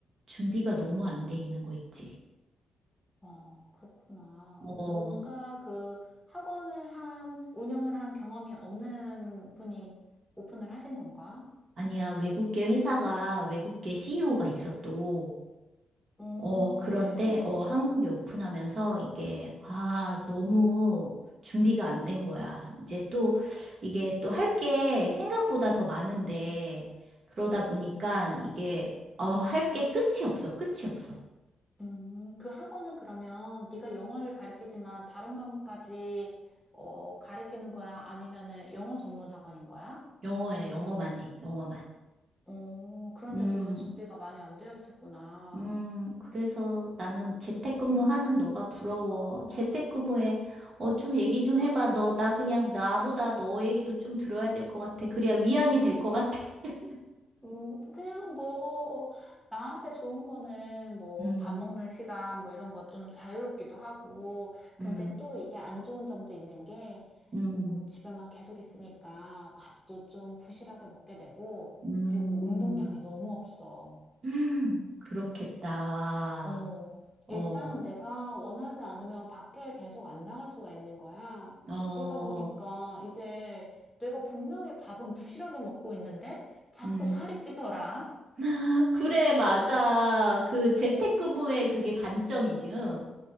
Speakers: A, on the right; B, in the centre.
A: 준비가 너무 안 돼 있는 거 있지.
B: 어, 그렇구나.
A: 어,
B: 뭔가 그 학원을 한 운영을 한 경험이 없는 분이 오픈을 하신 건가?
A: 아니야. 외국계 회사가, 외국계 CEO가 있어 또.
B: 오,
A: 어, 그런데,
B: 그래.
A: 어, 한국에 오픈하면서 이게, 아, 너무 준비가 안 된 거야. 이제 또, 이게 또 할 게 생각보다 더 많은데, 그러다
B: 음.
A: 보니까 이게, 어, 할 게 끝이 없어. 끝이 없어.
B: 음, 그 학원은 그러면 네가 영어를 가르치지만 다른 과목까지 어, 가르치는 거야? 아니면은 영어 전문 학원인 거야?
A: 영어야, 영어만 해. 영어만.
B: 어, 그런데도
A: 음.
B: 준비가 많이 안 되어 있었구나.
A: 음, 그래서 나는 재택근무하는
B: 음,
A: 너가 부러워. 재택근무에, 어, 좀 얘기 좀
B: 아,
A: 해봐. 너, 나 그냥 나보다 너 얘기도 좀 들어야 될 것 같아. 그래야 위안이 될 것 같아. <laughs>
B: 음, 그냥 뭐, 나한테 좋은 거는 뭐,
A: 음,
B: 밥 먹는 시간 뭐 이런 거 좀 자유롭기도 하고, 근데
A: 음,
B: 또 이게 안 좋은 점도 있는 게,
A: 음,
B: 음, 집에만 계속 있으니까 밥도 좀 부실하게 먹게 되고,
A: 음,
B: 그리고 운동량이 너무 없어.
A: 음, 그렇겠다.
B: 어,
A: 어,
B: 일단 내가 원하지 않으면 밖에 계속 안 나갈 수가 있는 거야.
A: 어,
B: 그러다 보니까 이제 내가 분명히 밥은 부실하게 먹고 있는데, 자꾸
A: 음.
B: 살이 찌더라.
A: <laughs> 그래, 맞아. 그 재택근무의
B: 어.
A: 그게 단점이지, 응?